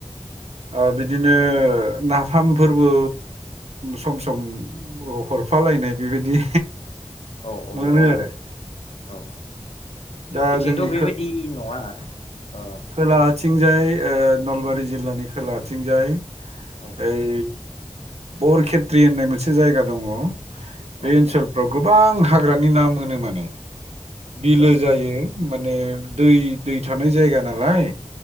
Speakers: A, on the right (about 70°); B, on the left (about 65°).
A: ओ बिदिनो नाफामफोरबो सम सम हरफालायनाय बेबायदि
B: औ औ
A: मोनो
B: औ
A: आरो
B: औ
A: दा
B: बिथिंथ'
A: जोंनि
B: बेबायदि नङा ओ
A: खोलाआथिंजाय ओ नलबारि जिल्लानि खोला आथिंजाय
B: औ
A: ओइ बरखेत्रि होननाय मोनसे जायगा दङ। बे
B: औ
A: ओनसोलफ्राव
B: औ
A: गोबां हाग्रानि ना मोनो माने बिलो
B: औ
A: जायो। माने दै दै थानाय जायगा नालाय।